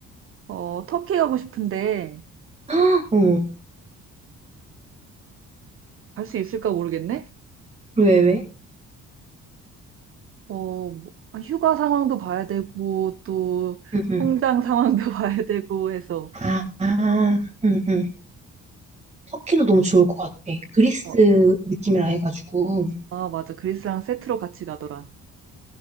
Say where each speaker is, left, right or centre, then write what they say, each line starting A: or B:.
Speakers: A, on the right (about 45°); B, on the right (about 20°).
A: 어 터키 가고 싶은데
B: <gasps> 헉, 어,
A: 갈 수 있을까 모르겠네
B: 왜, 왜?
A: 어뭐 휴가 상황도 봐야 되고 또
B: 응, 응.
A: 통장 상황도 <laughs> 봐야 되고 해서
B: 아, 아, 응, 응. 터키도 너무 좋을 것 같아. 그리스
A: 어,
B: 느낌이라 해가지고.
A: 아 맞아 그리스랑 세트로 같이 가더라